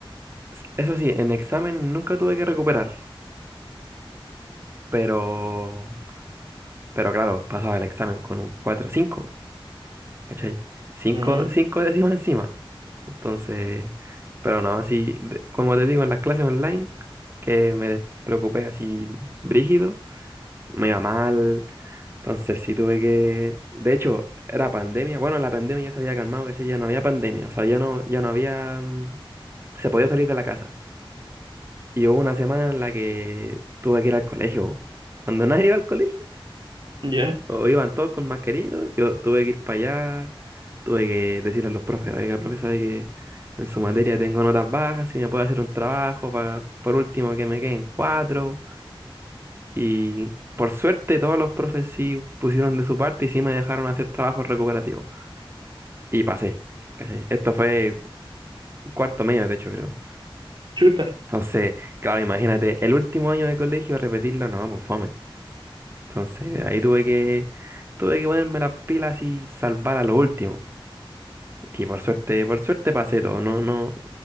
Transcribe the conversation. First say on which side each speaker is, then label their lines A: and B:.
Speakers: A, on the right; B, on the right.
A: s- eso sí, en examen nunca tuve que recuperar, pero, pero claro, pasaba el examen con un 4 5, ¿cachai? cinco
B: Ujú,
A: 5 décimas encima. Entonces, pero no, así, de- como te digo, en las clases online, que me despreocupé así brígido, me iba mal, Entonces sí tuve que... De hecho, era pandemia. Bueno, la pandemia ya se había calmado, ¿cachai? Ya no había pandemia. O sea, ya no, ya no había... mm, Se podía salir de la casa. Y hubo una semana en la que tuve que ir al colegio. Cuando <laughs> nadie iba al colegio,
B: Ya,
A: o iban todos con mascarilla, y todo, yo tuve que ir para allá, tuve que decirle a los profes, oiga, profe, sabe que en su materia tengo notas bajas, si me puede hacer un trabajo, pa- por último que me queden cuatro. Y por suerte todos los profes sí pusieron de su parte y sí me dejaron hacer trabajos recuperativos. Y pasé. ¿cachai? Esto fue cuarto medio, de hecho, creo.
B: Chuta.
A: Entonces, claro, imagínate, el último año de colegio repetirlo, no, pues fome. Entonces, ahí tuve que, tuve que ponerme las pilas y salvar a lo último. Y por suerte, por suerte pasé todo. No, no,